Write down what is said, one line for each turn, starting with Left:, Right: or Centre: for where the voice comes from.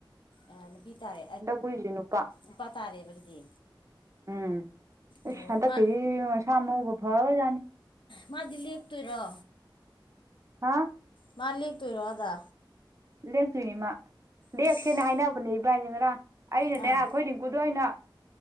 Left: ꯑꯅ ꯇꯥꯔꯦ
Right: ꯍꯟꯗꯛ ꯄꯨꯔꯤꯁꯦ ꯅꯨꯄꯥ
Left: ꯅꯨꯄꯥ ꯇꯥꯔꯦꯕ ꯑꯗꯨꯗꯤ
Right: ꯎꯝ ꯑꯁꯥ
Left: ꯑꯣ
Right: ꯊꯙ
Left: ꯃꯥ
Right: ꯀꯗꯤ ꯁꯝꯒꯐꯥꯕꯖꯅꯤ
Left: ꯃꯥꯗꯤ ꯂꯦꯇꯣꯏꯔꯣ
Right: ꯍꯥ
Left: ꯃꯥ ꯂꯦꯇꯣꯏꯔꯣ ꯑꯗ
Right: ꯂꯦꯛꯇꯣꯏꯅꯦ ꯏꯃ ꯂꯦꯛꯁꯦꯅ
Left: ꯏꯁ
Right: ꯍꯥꯏꯅꯕꯅꯦ ꯏꯕ꯭ꯔꯥ ꯌꯦꯡꯔꯥ ꯑꯩꯅꯅꯦ
Left: ꯑꯥ
Right: ꯑꯩꯈꯣꯏ ꯗꯤꯡꯀꯨꯗ ꯑ ꯑꯣꯏꯅ